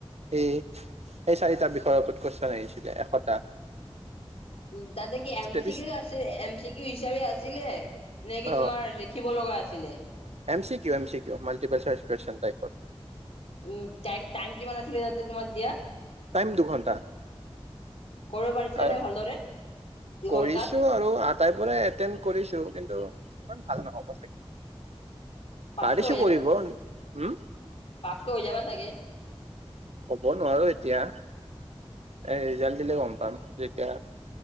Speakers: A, on the right; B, on the left.
A: এই, এই চাৰিটা বিষয়ৰ ওপৰত কুৱেশচন আহিছিলে এশটা।
B: উ তাতে কি এম
A: ষ্টেটিষ্ট
B: চি কিউ আছি এম চি কিউ হিচাপে আছিলে নে কি
A: অ
B: তোমাৰ লে ক্ষিব লগা আছিলে?
A: M C Q, M C Q, multiple choice question টাইপত।
B: উম' টাইট-টাইম কিমান আছিলে তাতে তোমাৰ দিয়া?
A: টাইম দুঘণ্টা।
B: কৰিব পাৰিছিলা
A: আহ,
B: নে ভালদৰে দুঘন্টাত
A: কৰিছো আৰু আ- আটাইবোৰে এটেণ্ড কৰিছো, কিন্তু ইমান ভাল নহ'ব চাগে।
B: পাছটো
A: পাৰিছো কৰিব উম।
B: পাঁচটো হৈ যাবা চাগে?
A: ক'ব নোৱাৰো এতিয়া। এ ৰিজাল্ট দিলে গম পাম যেতিয়া,